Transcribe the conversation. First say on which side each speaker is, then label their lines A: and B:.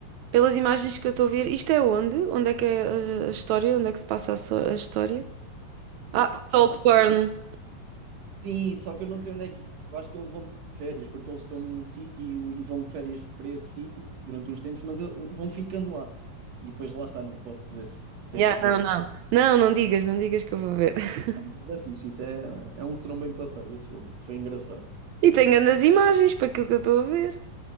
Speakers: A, on the right (about 75°); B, on the right (about 55°).
A: pelas imagens que eu estou a ver. Isto é onde? Onde é que é a, a história? Onde é que se passa a, so- a história? Ah,
B: Epá,
A: Saltburn.
B: sim, só que eu não sei onde é que é. Eu acho que eles vão de férias, porque eles estão num sítio e vão de férias para esse sítio durante uns tempos, mas eu- vão ficando lá. E depois lá está, não te posso dizer, tens
A: Yeah,
B: que ver.
A: não, não. Não, não digas, não digas que eu vou ver. <laughs>
B: Mas é fixe, isso é, é um serão bem passado, esse filme. Foi engraçado.
A: E tenho grandes imagens para aquilo que eu estou a ver.